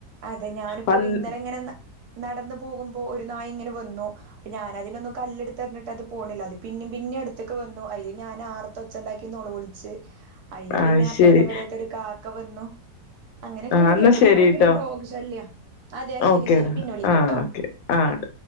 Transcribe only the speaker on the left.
പന്ന്
ആഹ്
ശരി
ആഹ് എന്നാ
ശരിട്ടോ
ഓക്കേടാ
ആഹ് ഓക്കെ ആഹ്